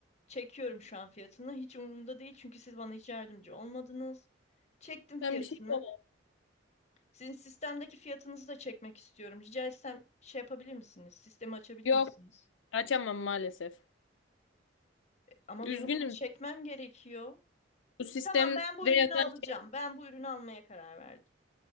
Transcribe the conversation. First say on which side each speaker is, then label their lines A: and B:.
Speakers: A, on the left (about 35°); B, on the left (about 80°).
A: Çekiyorum şu an fiyatını. Hiç umurumda değil çünkü siz bana hiç yardımcı olmadınız. Çektim fiyatını.
B: Ben bir şey yapamam.
A: Sizin sistemdeki fiyatınızı da çekmek istiyorum. Rica etsem şey yapabilir misiniz? Sistemi açabilir
B: Yok,
A: misiniz?
B: açamam maalesef.
A: Ama
B: Üzgünüm.
A: benim bunu çekmem gerekiyor.
B: Bu sistemde
A: Tamam ben bu ürünü
B: yazan...
A: alacağım.
B: şey-
A: Ben bu ürünü almaya karar verdim.